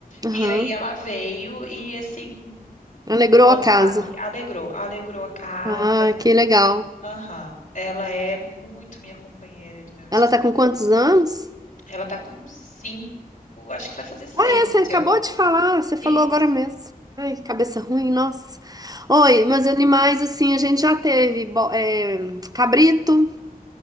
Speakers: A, on the right; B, on the left.
A: Aham.
B: E aí ela veio e assim
A: Alegrou
B: mudou,
A: a casa.
B: sabe? Alegrou, alegrou a casa.
A: Ah, que legal.
B: Aham. Ela é muito minha companheira e do meu esposo.
A: Ela tá com quantos anos?
B: Ela tá com cinco, acho que vai fazer seis
A: Ah, é, você
B: esse
A: acabou
B: ano.
A: de falar. Você falou
B: Isso.
A: agora mesmo. Ai,
B: Uhum.
A: que cabeça ruim, nossa. Oi, mas animais, assim, a gente já teve bo- é, cabrito,